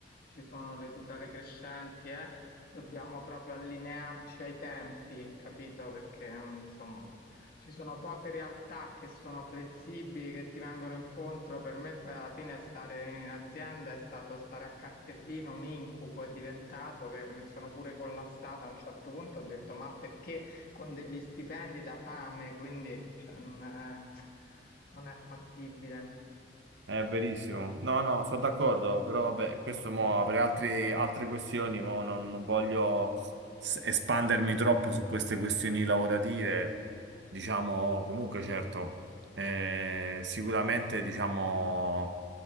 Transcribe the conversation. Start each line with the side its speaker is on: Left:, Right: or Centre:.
Left: ci sono le tutele crescenti, eh, dobbiamo proprio allinearci ai tempi, capito? Perché mm, insomma ci sono poche realtà che sono flessibili, che ti vengono incontro. Per me poi alla fine stare in azienda è stato stare a cartellino, un incubo, è diventato che mi sono pure collassata a un certo punto, ho detto ma perché? con degli stipendi da fame, quindi cioè, non è, non è fattibile.
Right: È verissimo. No, no, sono d'accordo, però vabbè, questo mo apre altri- altre questioni, mo non, non voglio s- espandermi troppo su queste questioni lavorative. Diciamo, comunque, certo, eh, sicuramente, diciamo.